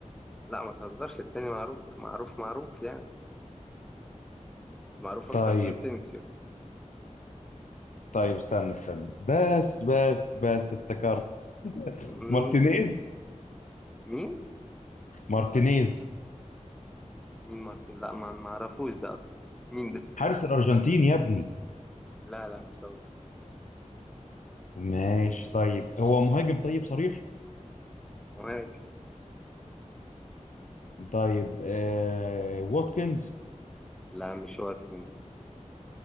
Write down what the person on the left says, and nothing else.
طيب
طيب استنى استنى بس بس بس افتكرت
مارتينيز
مارتينيز
حارس الأرجنتين يا ابني
ماشي طيب هو مهاجم طيب صريح
طيب آه واتكنز